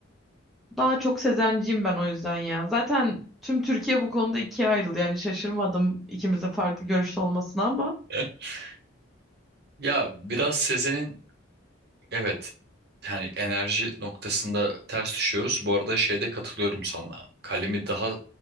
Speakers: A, in the centre; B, on the right.
A: Daha çok Sezenciyim ben o yüzden ya. Zaten tüm Türkiye bu konuda ikiye ayrıldı. Yani şaşırmadım ikimizin farklı görüşte olmasına ama
B: <laughs> Ya biraz Sezen'in Evet. Yani enerji noktasında ters düşüyoruz. Bu arada şeyde katılıyorum sana. Kalemi daha